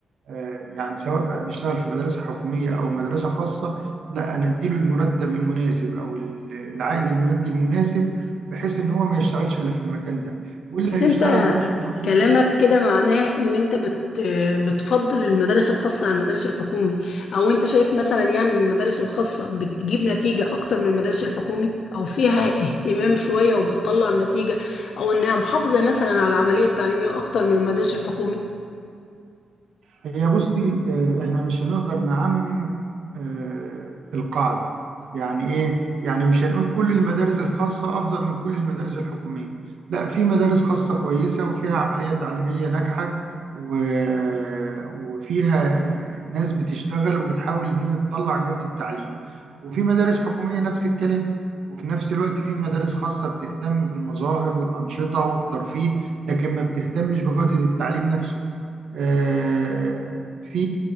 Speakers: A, on the right; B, on the left.
A: آه، يعني سواء بقى بيشتغل في مدرسة حكومية او مدرسة خاصة لا انا اديله المرتب المناسب او ال- العائد المادي المناسب بحيث ان هو ما يشتغلش الا في المكان ده واللي
B: بس
A: هيشتغل
B: انت
A: دروس خصوصيه
B: كلامك كده معناه ان انت بت بتفضل المدارس الخاصة عن المدارس الحكومي او انت شايف مثلا يعني المدارس الخاصة بتجيب نتيجة اكتر من المدارس الحكومي او فيها اهتمام شوية وبتطلع نتيجة او انها محافظة مثلا على العملية التعليمية اكتر من المدارس الحكومي
A: هي بصي آه، احنا مش هنقدر نعمم آه، القاعدة يعني ايه يعني مش هنقول كل المدارس الخاصة افضل من كل المدارس الحكومية لا في مدارس خاصة كويسة وفيها عملية تعليمية ناجحة و- وفيها ناس بتشتغل وبتحاول ان هي تطلع جودة التعليم وفي مدارس حكومية نفس الكلام وفي نفس الوقت في مدارس خاصة بتهتم بالمظاهر والأنشطة والترفيه لكن ما بتهتمش بجودة التعليم نفسه آه، في